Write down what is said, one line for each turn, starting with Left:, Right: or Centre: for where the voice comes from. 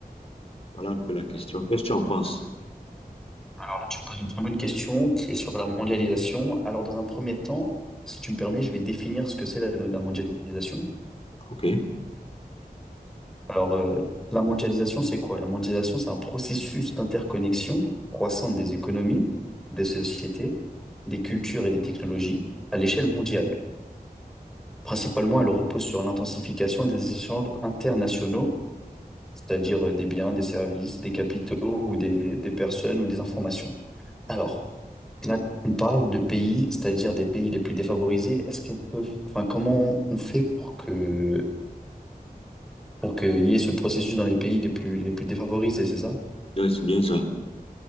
Left: Voilà un peu la question. Qu'est-ce que tu en penses?
Centre: Alors là, tu me poses une très bonne question qui est sur la mondialisation. Alors, dans un premier temps, si tu me permets, je vais définir ce que c'est la, la mondialisation.
Left: OK.
Centre: Alors, euh, la mondialisation, c'est quoi? La mondialisation, c'est un processus d'interconnexion croissante des économies, des sociétés, des cultures et des technologies à l'échelle mondiale. Principalement, elle repose sur l'intensification des échanges internationaux, c'est-à-dire euh, des biens, des services, des capitaux ou des des personnes ou des informations. Alors, Là, on parle de pays, c'est-à-dire des pays les plus défavorisés. Est-ce qu'elles peuvent, enfin, comment on fait pour que, pour qu'il y ait ce processus dans les pays les plus, les plus défavorisés, c'est ça?
Left: Oui, c'est bien ça.